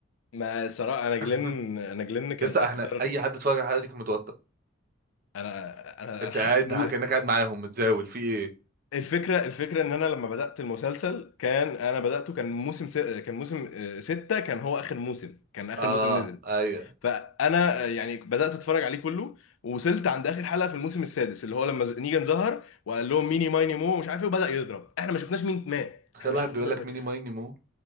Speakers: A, on the left; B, on the right.
A: ما صراحه انا جلن
B: <laughs>
A: انا جلن كان
B: يسطا
A: اكتر
B: احنا اي حد اتفرج على الحلقه دي كان متوتر
A: انا انا
B: انت
A: انا
B: قاعد
A: هتموت
B: كانك قاعد معاهم متزاول في ايه
A: الفكرة الفكرة ان انا لما بدأت المسلسل كان انا بدأته كان موسم س... كان موسم آه، ستة كان هو اخر موسم كان اخر
B: اه
A: موسم نزل
B: ايوه
A: فانا آه، يعني بدأت اتفرج عليه كله ووصلت عند اخر حلقة في الموسم السادس اللي هو لما ز- نيجان ظهر وقال لهم ميني مايني مو مش عارف ايه وبدأ يضرب احنا ما شفناش مين مات
B: تخيل
A: احنا ما
B: واحد
A: شفنا
B: بيقول
A: ما-
B: لك
A: ما-
B: ميني ماي نيمو